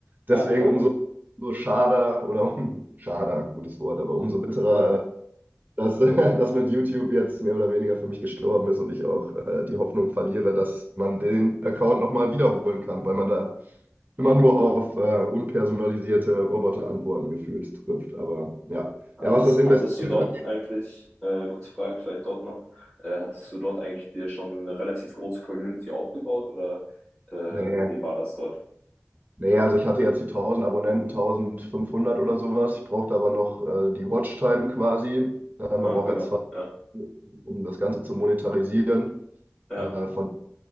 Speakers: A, in the centre; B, on the right.
A: ja,
B: Deswegen
A: ja.
B: umso, umso schade oder um, schade, gutes Wort, aber umso bitterer, äh, dass <laughs> das mit YouTube jetzt mehr oder weniger für mich gestorben ist und ich auch äh, die Hoffnung verliere, dass man den Account nochmal wiederholen kann, weil man da immer nur auf äh, unpersonalisierte Roboterantworten gefühlt trifft. Aber ja.
A: Hattest,
B: Ja, was das investiert.
A: hattest du dort
B: angeht,
A: eigentlich, äh, kurze Frage vielleicht dort noch, äh, hattest du dort eigentlich dir schon eine relativ große Community aufgebaut oder ähm,
B: nee,
A: wie war das dort?
B: nee, also ich hatte jetzt die 1000 Abonnenten, 1500 oder sowas. Ich brauchte aber noch äh, die Watchtime quasi. Äh, man
A: Ach,
B: braucht
A: genau,
B: ja zwei,
A: ja,
B: um das Ganze zu monetarisieren.
A: ja,
B: Äh, von,